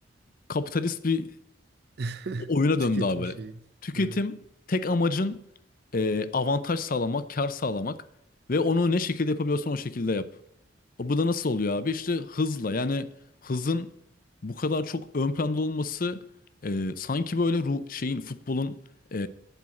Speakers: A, on the left (about 50°); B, on the right (about 60°).
A: kapitalist bir
B: <laughs>
A: o- oyuna
B: Tüketim
A: döndü abi böyle.
B: şeyi.
A: Tüketim
B: Evet,
A: tek amacın e, avantaj sağlamak, kar sağlamak ve onu ne şekilde yapabiliyorsan o şekilde yap. O bu da nasıl oluyor abi? İşte hızla yani hızın bu kadar çok ön planda olması e, sanki böyle ruh, şeyin futbolun e,